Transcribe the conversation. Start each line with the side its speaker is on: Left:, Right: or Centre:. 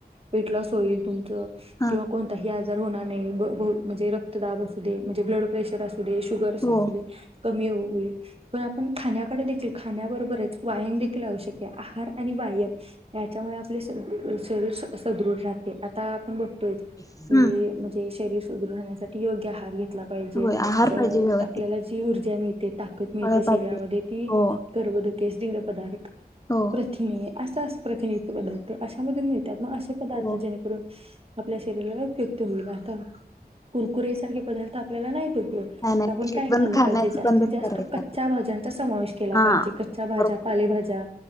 Right: वेट लॉस होईल तुमचं
Left: हा
Right: किंवा कोण आजार होणार नाय ब बउ म्हणजे रक्तदाब अशू दे, शुगर
Left: हो
Right: अशू दे कमी होऊ ये पण आपण खाण्याकडे देखील खाण्याबरोबरच व्यायाम देखील आवश्यक आहे आहार आणि व्यायाम याच्यामुळे आपले शरीर सदृढ राहते आता आपण बघतोय
Left: हम्म
Right: की म्हणजे शरीर सुदृ राहण्यासाठी योग्य आहार घेतला पाहिजे
Left: होय आहार पाहिजे व्यवस्थित
Right: आपल्याला जा मिळते ताकद मिळते
Left: फळ
Right: शरीरामध्ये
Left: पाहिजे
Right: तीर्बधके
Left: हो
Right: पदार्थ
Left: हो
Right: प्रि असा प्रतिनियुक्त पदार्थ अशा मधून मिळतात मग असे पदार्थ
Left: हो
Right: जेणेकरून आपल्या शरीराला उपयुक्त होईल आता कुरकुरसारखे पदार्थ आपल्याला नाहीत उपयोगत
Left: नाही नाही
Right: त्यागून
Left: पॅकेट
Right: कायलं
Left: बंद खाण्याच
Right: पाहिजे जास्तीत
Left: बंदच
Right: जास्त
Left: करायचं
Right: कच्च्या
Left: आपण.
Right: भाज्यांचा समावेश केला
Left: हा
Right: पाहिजे भाज्या
Left: बरोबर
Right: पालेभाज्या